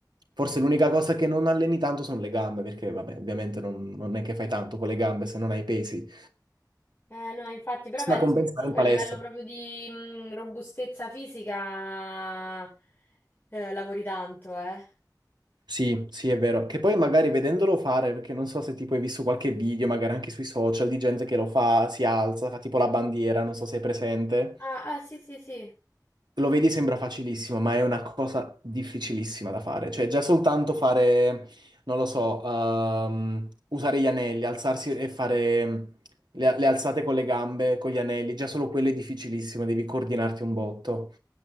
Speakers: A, on the right; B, on the left.
A: Forse l'unica cosa che non alleni tanto sono le gambe, perché vabbè, ovviamente non, non è che fai tanto con le gambe se non hai pesi.
B: Eh, no, infatti, però
A: Sta
B: penso
A: a compensare
B: che comunque
A: in palestra.
B: a livello proprio di, mm, robustezza fisica, eh, lavori tanto, eh.
A: Sì, sì, è vero. Che poi magari vedendolo fare, perché non so se tipo hai visto qualche video, magari anche sui social, di gente che lo fa, si alza, fa tipo la bandiera, non so se è presente.
B: Ah, ah, sì, sì, sì.
A: Lo vedi sembra facilissimo, ma è una cosa difficilissima da fare. Cioè, già soltanto fare, non lo so, ehm, usare gli anelli, alzarsi e fare mm, le, le alzate con le gambe, con gli anelli, già solo quello è difficilissimo, devi coordinarti un botto.